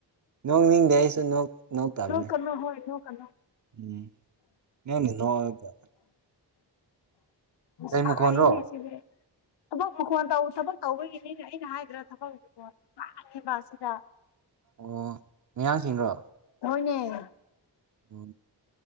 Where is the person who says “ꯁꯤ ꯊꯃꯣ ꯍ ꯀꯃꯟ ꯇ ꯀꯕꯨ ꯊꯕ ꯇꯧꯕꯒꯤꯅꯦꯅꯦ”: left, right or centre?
Left